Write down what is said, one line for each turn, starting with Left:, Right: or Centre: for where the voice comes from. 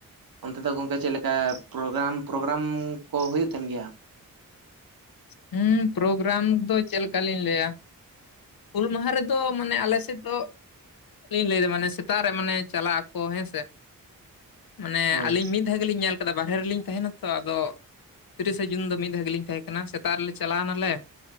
Right: ᱚᱱᱛᱮ ᱫᱚ ᱜᱚᱝᱠᱮ ᱪᱮᱫ ᱞᱮᱠᱟ ᱯᱨᱳᱜᱽᱨᱟᱢ? ᱯᱨᱳᱜᱽᱨᱟᱢ ᱠᱚ ᱦᱩᱭᱩᱜ ᱛᱟᱦᱮᱱ ᱜᱮᱭᱟ
Left: ᱦᱮᱸ ᱯᱨᱳᱜᱽᱨᱟᱢ ᱫᱚ ᱪᱮᱫᱠᱟ ᱞᱤᱧ ᱞᱟᱹᱭᱟ? ᱦᱩᱞ ᱢᱟᱦᱟ ᱨᱮᱫᱚ ᱢᱟᱱᱮ ᱟᱞᱮ ᱥᱮᱫ ᱫᱚ ᱞᱟᱹᱭ ᱫᱟ ᱢᱟᱱᱮ ᱥᱮᱛᱟᱜ ᱨᱮ ᱢᱟᱱᱮ ᱪᱟᱞᱟᱜ ᱟᱠᱚ ᱦᱮᱸᱥᱮ ᱢᱟᱱᱮ
Right: ᱦᱳᱭ
Left: ᱟᱹᱞᱤᱧ ᱢᱤᱫ ᱢᱤᱫ ᱫᱷᱟᱣ ᱜᱮᱞᱤᱧ ᱧᱮᱞ ᱠᱟᱫᱟ ᱵᱟᱨᱦᱮ ᱨᱮᱞᱤᱧ ᱛᱟᱦᱮᱱᱟ ᱛᱚ ᱟᱫᱚ ᱛᱤᱨᱤᱥᱮ ᱡᱩᱱ ᱫᱚ ᱢᱤᱫ ᱫᱷᱟᱣ ᱜᱮᱞᱤᱧ ᱛᱟᱦᱮᱸ ᱠᱟᱱᱟ ᱥᱮᱜ ᱥᱮᱛᱟᱜ ᱨᱮᱞᱮ ᱪᱟᱞᱟᱣ ᱱᱟᱞᱮ